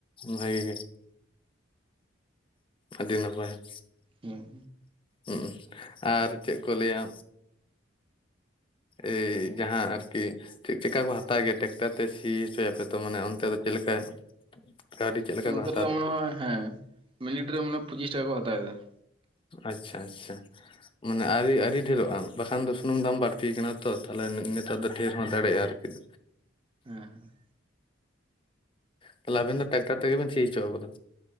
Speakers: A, on the left; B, on the right.
A: ᱵᱷᱟᱹᱜᱤ ᱜᱮ, ᱟᱹᱰᱤ ᱱᱟᱯᱟᱭ ᱾
B: ᱦᱮᱸ
A: ᱦᱚᱜ-ᱚᱸ ᱟᱨ ᱪᱮᱫ ᱠᱚ ᱞᱟᱹᱭᱟ ᱮᱭ ᱡᱟᱦᱟᱸ ᱟᱨᱠᱤ ᱪᱮᱫ ᱪᱮᱠᱟ ᱠᱚ ᱦᱟᱛᱟᱣ ᱜᱮᱭᱟ ᱴᱮᱠᱴᱟᱨ ᱚᱱᱛᱮ ᱥᱤ ᱦᱚᱪᱚᱭᱟᱯᱮ ᱛᱚ ᱢᱟᱱᱮ ᱚᱱᱛᱮ ᱫᱚ ᱪᱮᱫ ᱞᱮᱠᱟ ᱠᱟᱹᱣᱰᱤ ᱪᱮᱫ ᱞᱮᱠᱟ
B: ᱱᱚᱛᱮ
A: ᱠᱚ ᱦᱟᱛᱟᱣ
B: ᱨᱮᱫᱚ ᱢᱚᱱᱮ
A: ᱛᱟᱯᱮᱭᱟ?
B: ᱦᱚᱭ ᱦᱮᱸ ᱢᱤᱱᱤᱴ ᱨᱮ ᱢᱟᱱᱮ ᱯᱚᱸᱪᱤᱥ ᱴᱟᱠᱟ ᱠᱚ ᱦᱟᱛᱟᱣ ᱮᱫᱟ ᱾
A: ᱟᱪᱪᱷᱟ ᱟᱪᱪᱷᱟ, ᱢᱟᱱᱮ ᱟᱹᱨᱤ ᱟᱹᱰᱤ ᱰᱷᱮᱨᱚᱜᱼᱟ ᱵᱟᱠᱷᱟᱱ ᱫᱚ ᱥᱩᱱᱩᱢ ᱫᱟᱢ ᱵᱟᱹᱲᱛᱤᱭᱠᱟᱱᱟ ᱛᱚ ᱛᱟᱞᱦᱮ ᱱᱮᱛᱟᱨ ᱫᱚ ᱰᱷᱮᱨ ᱦᱚᱸ ᱫᱟᱲᱮᱭᱟᱜᱼᱟ ᱟᱨᱠᱤ, <inaudible>
B: ᱦᱮᱸ ᱦᱮᱸ,
A: ᱛᱟᱦᱚᱞᱮ ᱟᱵᱮᱱ ᱫᱚ ᱴᱟᱠᱴᱟᱨ ᱛᱮᱜᱮ ᱵᱮᱱ ᱥᱤ ᱦᱚᱪᱚᱣ ᱠᱟᱫᱟ?